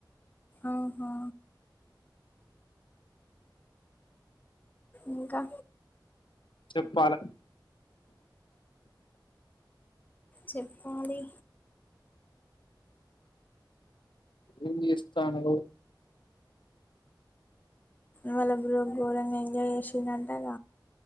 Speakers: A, on the left (about 20°); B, on the left (about 80°).
A: ఆహా ఇంకా
B: చెప్పాలే
A: చెప్పాలి
B: ఏం జేస్తండ్రు
A: వాళ్ళ బ్రో ఘోరంగా ఎంజాయ్ చేసిండంటగ